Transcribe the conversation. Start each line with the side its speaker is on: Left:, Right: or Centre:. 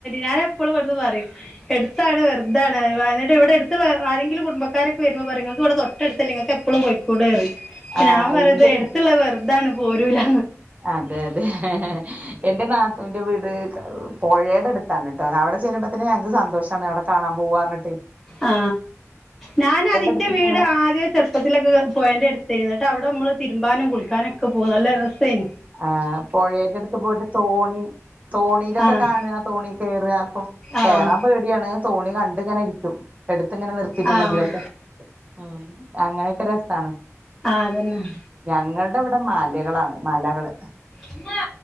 Centre: ഞാൻ എപ്പോഴും ഇവിടുന്ന് പറയു എടുത്താണ് വെറ് ഇതാണ് എന്നിട്ട് ഇവിടെ അടുത്തുള്ള ആരെങ്കിലും കുടുംബാരൊക്കെ വരുമ്പോൾ പറയും നിങ്ങൾക്ക് ഇവിടെ തൊട്ടടുത്തല്ലെ നിങ്ങൾക്ക് എപ്പോളു പോയി കൂടെയറി അപ്പൊ
Right: ആഹ്
Centre: ഞാൻ പറയും
Right: എന്റെ
Centre: എടുത്തുള്ള വെറുതാണ് പോരുല.
Right: അതെ അതെ ഹ ഹാ ഹാ എന്റെ നാത്തൂൻ്റെ വീട് ക് പുഴയുടെ അടുത്താണ് ട്ടോ അവിടെ ചെല്ലുമ്പോത്തന്നെ ഞങ്ങക്ക് സന്തോഷമാണ് അവിടെ കാണാൻ പോവാറഞ്ഞിട്ട്.
Centre: ആ ഞാൻ ആദ്യം എൻ്റെ
Right: അടുത്തേക്ക്
Centre: വീട്
Right: ഇങ്ങനെ
Centre: ആദ്യം ചെറുപ്പത്തിലൊക്കെ പോയന്റെ അടുത്തായിരുന്നു എന്നിട്ട് അവ് അവിടെ നമ്മള് തിരുമ്പാനും കുളിക്കാനൊക്കെ പോകും നല്ല റസേനീ
Right: ആ പുഴേയുടെ അടുത്ത് പോയിട്ട് തോണി തോണിയിലൊക്കെ
Centre: ആഹ്
Right: കാണുക തോണി കേറ അപ്പൊ കയറാൻ
Centre: ആഹ്
Right: പേടിയാണ് തോണി കണ്ടിങ്ങനെ ഇരിക്കും. എടുത്ത് ഇങ്ങനെ നിർത്തിയിട്ടുണ്ടെങ്കിലൊക്കെ
Centre: ആഹ് ആഹ്
Right: ഉം അങ്ങനെയൊക്കെ രസാണ്.
Centre: അതന്നെ
Right: ഞങ്ങളുടെ ഇവിടെ മലകളാണ് മലകള്
Centre: ഇമ്മാ.